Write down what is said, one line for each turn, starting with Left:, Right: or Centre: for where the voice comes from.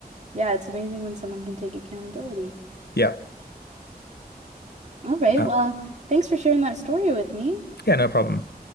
Right: Yeah, it's amazing when someone can take accountability.
Left: Yeah.
Right: All right.
Left: Uh,
Right: Well, thanks for sharing that story with me.
Left: yeah, no problem.